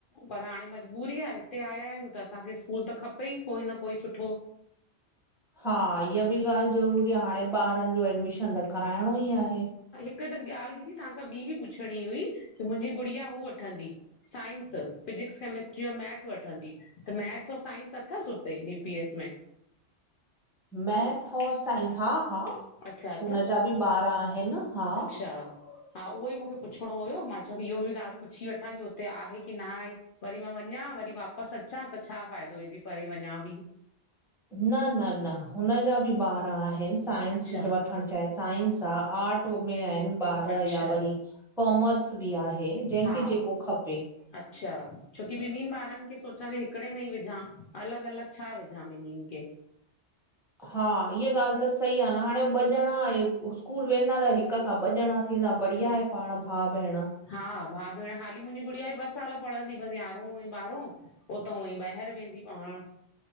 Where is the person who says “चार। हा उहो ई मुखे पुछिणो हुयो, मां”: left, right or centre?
Left